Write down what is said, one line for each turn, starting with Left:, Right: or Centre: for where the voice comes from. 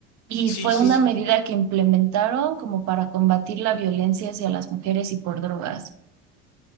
Right: Y
Left: Sí,
Right: fue
Left: sí,
Right: Sí, una
Left: sí.
Right: medida que implementaron como para combatir la violencia hacia las mujeres y por drogas.